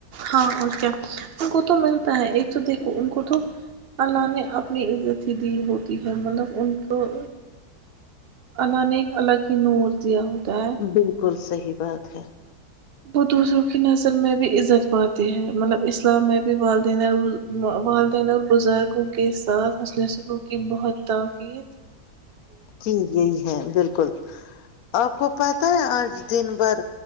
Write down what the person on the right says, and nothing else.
ہاں اور کیا ان کو تو ملتا ہے ایک تو دیکھو ان کو تو اللہ نے اپنی عزت ہی دی ہوتی ہے مطلب ان کو اللہ نے ایک الگ ہی نور دیا ہوتا ہے
وہ دوسروں کی نظر میں بھی عزت پاتی ہے مطلب اسلام میں بھی والدینہ والدین اور بزرگ کے ساتھ ح نے سروع کی بہت تقید